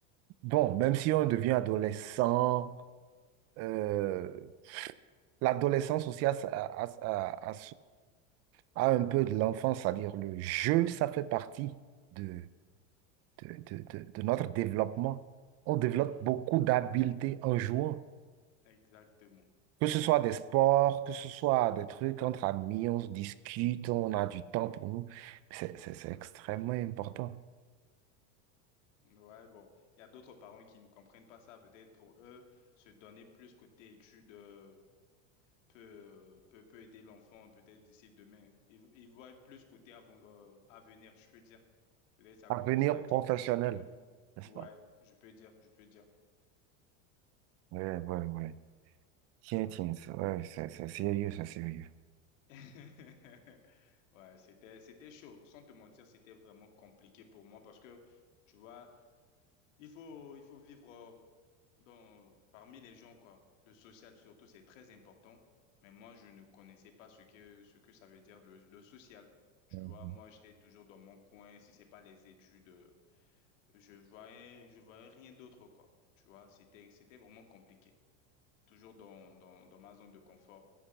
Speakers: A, on the right (about 40°); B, on the left (about 80°).
A: Bon, même si on devient adolescent, euh, l'adolescence aussi à, à, à, à, à un peu de l'enfance, c'est-à-dire le jeu, ça fait partie de, de, de- de- de notre développement. On développe
B: Mhm,
A: beaucoup d'habiletés en jouant,
B: exactement.
A: que ce soit des sports, que ce soit des trucs entre amis, on se discute, on a du temps pour nous. C'est, c'est- c'est extrêmement important.
B: Ouais, bon, il y a d'autres parents qui ne comprennent pas ça. Peut-être pour eux, se donner plus côté études euh, peut, euh, peut, peut aider l'enfant, peut-être d'ici demain. Ils, ils voient plus côté avant, euh, avenir, je peux dire. Peut-être c'est à
A: Avenir
B: cause de ça qu'ils,
A: professionnel,
B: qu'ils, qu'ils nous...
A: n'est-ce
B: Ouais,
A: pas?
B: je peux dire, je peux dire.
A: Oui, oui, oui. Tiens, tiens, ça, ouais, ça, ça, sérieux, ça, sérieux.
B: <laughs> Ouais, c'était, c'était chaud. Sans te mentir, c'était vraiment compliqué pour moi parce que, tu vois, il faut, il faut vivre euh, dans, parmi les gens, quoi. Le social, surtout, c'est très important. Mais moi, je ne connaissais pas ce que, ce que ça veut dire le, le social. Tu
A: Mhm.
B: vois, moi, j'étais toujours dans mon coin. Si c'est pas les études, euh, je voyais, je voyais rien d'autre, quoi. Tu vois, c'était, c'était vraiment compliqué toujours dans, dans, dans ma zone de confort.